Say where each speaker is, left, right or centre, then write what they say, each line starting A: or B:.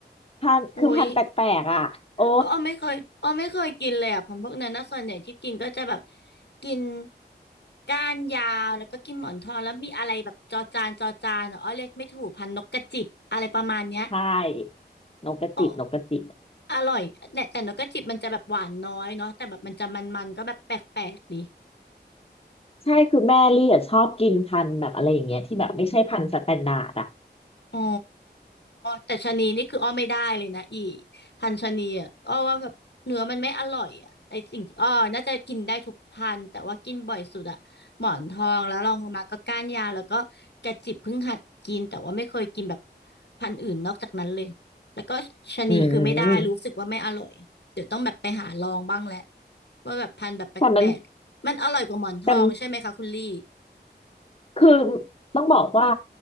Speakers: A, on the left; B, on the left.
A: พันคือพันแปลกๆอ่ะโอ้
B: โอ้ย อ้อไม่เคยอ้อไม่เคยกินเลยอ่ะพันธุ์พวกนั้นนะส่วนใหญ่ที่กินก็จะแบบกินก้านยาวแล้วก็กินหมอนทองแล้วมีอะไรแบบจอจานจอจานอะอ้อเรียกไม่ถูกพันธุ์นกกระจิบอะไรประมาณเนี้ย
A: ใช่นกกระจิบนกกระจิบ
B: อ้ออร่อยแต่แต่นกกระจิบมันจะแบบหวานน้อยเนาะแต่แบบมันจะมันๆก็แบบแปลกๆดี
A: ใช่คือแม่เรียชอบกินพันธุ์แบบอะไรอย่างเงี้ยที่แบบไม่ใช่พันธุ์สแตนดาร์ดอ่ะ
B: อ๋อแต่ชะนีนี่คืออ้อไม่ได้เลยนะอีพันธุ์ชะนีอ่ะอ้อว่าแบบเนื้อมันไม่อร่อยอ่ะไอสิ่งที่อ้อน่าจะกินได้ทุกพันธุ์แต่ว่ากินบ่อยสุดอ่ะหมอนทองแล้วลองลงมาก็ก้านยาวแล้วก็กระจิบเพิ่งหัดกินแต่ว่าไม่เคยกินแบบพันธุ์อื่นนอกจากนั้นเลยแล้วก็ชะนีคือไม่ได้รู้สึกว่าไม่อร่อยเดี๋ยวต้องแบบไปหาลองบ้างแหละ
A: อืม
B: ว่าแบบพันธุ์แบบแปลกๆมันอร่อยกว่าหมอนทองใช่ไหมคะคุณลี่
A: แต่มันแต่ คือต้องบอกว่า